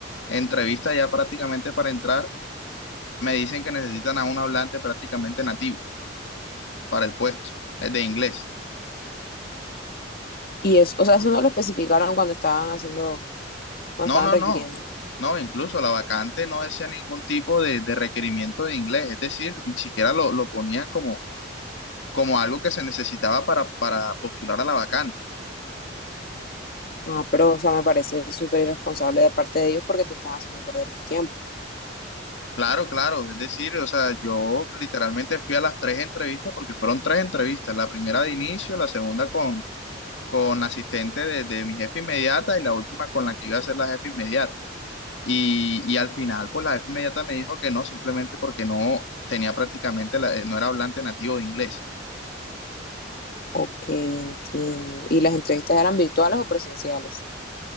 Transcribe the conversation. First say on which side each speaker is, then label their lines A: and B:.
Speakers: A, on the left (about 70°); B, on the left (about 50°).
A: entrevista, ya prácticamente para entrar, me dicen que necesitan a un hablante prácticamente nativo para el puesto, eh, de inglés.
B: Y eso, o sea, eso no lo especificaron cuando estaban haciendo, cuando
A: No,
B: estaban
A: no,
B: requiriendo.
A: no. No, incluso la vacante no decía ningún tipo de, de requerimiento de inglés, es decir, ni siquiera lo, lo ponían como como algo que se necesitaba para, para postular a la vacante.
B: Ah, pero, o sea, me parece súper irresponsable de parte de ellos porque te están haciendo perder tu tiempo.
A: Claro, claro, es decir, o sea, yo literalmente fui a las tres entrevistas porque fueron tres entrevistas, la primera de inicio, la segunda con, con la asistente de, de mi jefe inmediata y la última con la que iba a ser la jefe inmediata. Y, y al final, pues la jefe inmediata me dijo que no, simplemente porque no tenía prácticamente, la- eh, no era hablante nativo de inglés.
B: Ok, entiendo. ¿Y las entrevistas eran virtuales o presenciales?